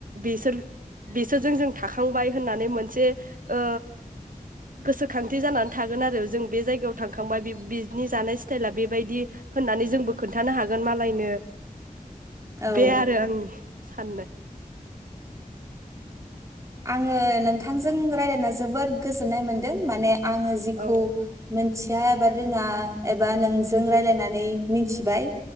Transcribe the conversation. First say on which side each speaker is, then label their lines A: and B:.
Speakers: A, on the right (about 65°); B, on the right (about 20°).
A: बिसोर बेसोरजों जों थाखाखांबाय होननानै मोनसे ओ गोसोखांथि जानानै थागोन आरो जों बे जायगायाव थांखांबाय बिनि जानाय स्टाइला बेबायदि होननानै जोंबो खोन्थानो हागोन मालायनो
B: औ
A: बे आरो आंनि साननाय
B: आङो नोंथांजों रायलायना जोबोद गोजोननाय मोनदों माने आङो जिखौ
A: औ
B: मोन मिथिया एबा रोङा एबा नोंजों रायलायनानै मिनथिबाय।